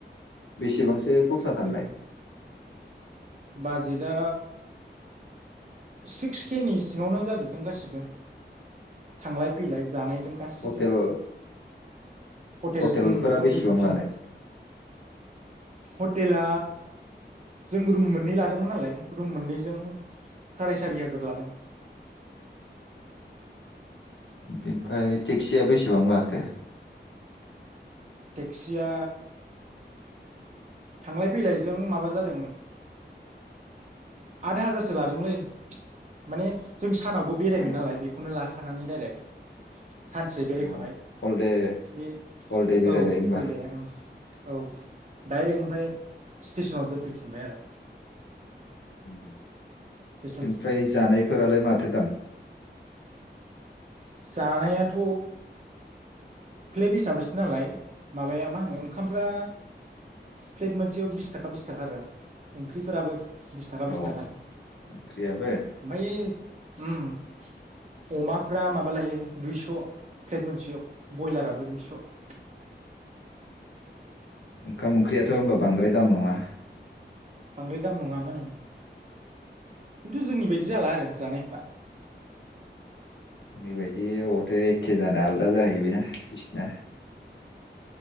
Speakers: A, on the left (about 80°); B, on the right (about 40°).
A: बेसेबांसो खरसा‌
B: हाजो
A: दाननाय
B: बाजेटआ सिक्स के नि सिङावनो जाजोबदों गासिबो थांलाय फैलाय जानायजों गासिबजों
A: हटेल
B: हटेल
A: हटेलफोरा
B: हटेल
A: बेसेबां
B: बुकिं
A: लानाय
B: हटेला जों रुम मोननै लादोंमोन नालाय रुम मोननैजों साराय सारि हाजार लादों।
A: बेनिफ्राय टेक्सिया बेसेबां लाखो।
B: टेक्सिया थांलाय फैलायजों माबा जादों आद हाजारसो लादोंलै माने जों सानावबो बेरायबाय
A: औ
B: नालाय बेखौनो थानानै डाइरेक्ट सानसे बेरायखाबाय
A: औ हल दे
B: बे
A: हल दे बेरायबाय
B: औ
A: होमबा
B: हल दे ओं औ डाइरेक्ट ओमफ्राय स्टेसनाव दोनफैफिनबाय आरो
A: उम
B: स्टेसनसिम
A: बेनिफ्राय जानायफोरालाय माथो दाम?
B: जानायाथ' प्लेट हिसाबैसो नालाय माबाया मा होनो ओंखामफ्रा प्लेट मोनसेयाव बिस थाखा बिस थाखा आरो ओंख्रिफोराबो बिस थाखा बिस
A: औ
B: थाखि
A: ओंख्रियाबो
B: ओमफायो ओम अमाफ्रा माबा लायो दुइस' फ्लेट मोनसेयाव ब्रयलाराबो दुइस'
A: ओंखाम ओंख्रियाथ' होनबा बांद्राय दाम नङा।
B: बांद्राय दाम नङामोन ओं खिन्थु जोंनि बायदि जाला आरो जानायफ्रा
A: ओरैबायदि अबावथो एखे जानो आलदा जाहैबायना बिसिना